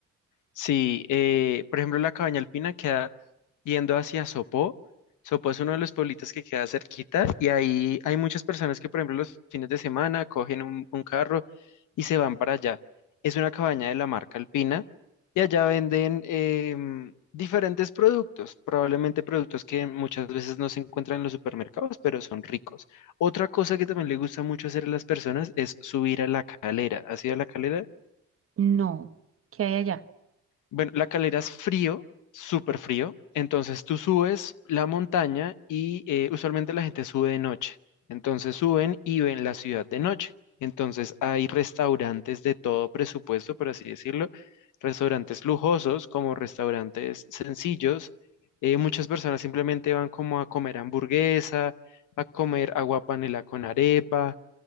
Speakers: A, on the left; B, on the right.
A: Sí, eh, por ejemplo, la cabaña alpina queda yendo hacia Sopó. Sopó es uno de los pueblitos que queda cerquita y ahí hay muchas personas que, por ejemplo, los fines de semana cogen un, un carro y se van para allá. Es una cabaña de la marca Alpina y allá venden em, diferentes productos, probablemente productos que muchas veces no se encuentran en los supermercados, pero son ricos. Otra cosa que también le gusta mucho hacer a las personas es subir a la calera. ¿Has ido a la calera?
B: No, ¿qué hay allá?
A: Bueno, la calera es frío, súper frío. Entonces tú subes la montaña y eh, usualmente la gente sube de noche. Entonces suben y ven la ciudad de noche. Entonces hay restaurantes de todo presupuesto, por así decirlo. Restaurantes lujosos como restaurantes sencillos. Eh, muchas personas simplemente van como a comer hamburguesa, a comer agua panela con arepa.